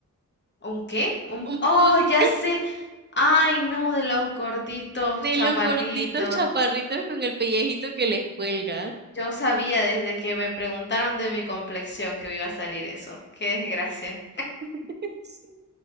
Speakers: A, on the left (about 35°); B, on the right (about 35°).
A: ¿Un qué? Un...
B: Un
A: Oh,
B: pug.
A: ya
B: <laughs>
A: sé. Ay, no, de los gorditos,
B: De
A: chaparritos.
B: los gorditos chaparritos con el pellejito que les cuelga.
A: Yo sabía desde que me preguntaron de mi complexión que me iba a salir eso. Qué desgracia.
B: <laughs>